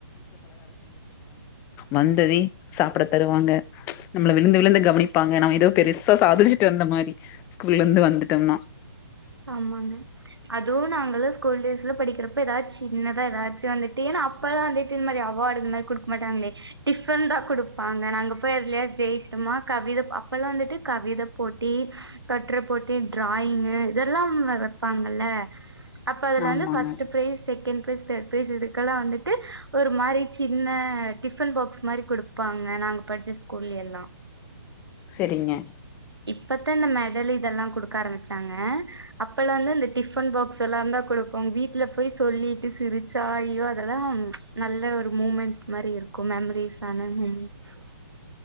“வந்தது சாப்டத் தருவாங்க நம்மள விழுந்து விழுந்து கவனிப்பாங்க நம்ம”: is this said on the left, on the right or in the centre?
Left